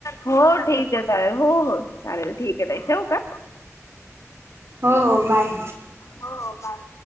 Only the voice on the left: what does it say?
हो ठीक ठीक चालेल हो, हो चालेल ठीक आहे ताई ठेवू का.
हो हो बाय